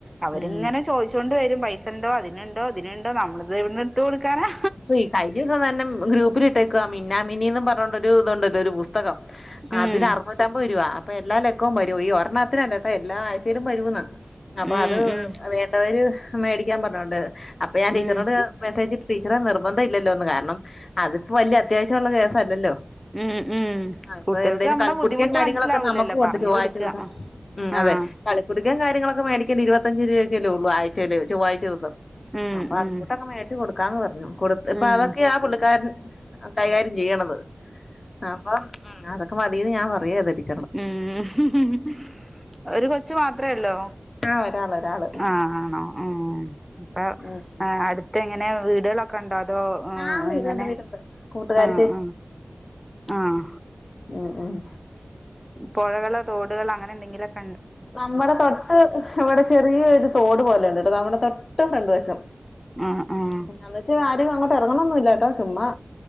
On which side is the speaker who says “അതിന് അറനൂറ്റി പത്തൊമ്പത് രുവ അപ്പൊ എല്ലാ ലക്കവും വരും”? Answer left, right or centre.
Left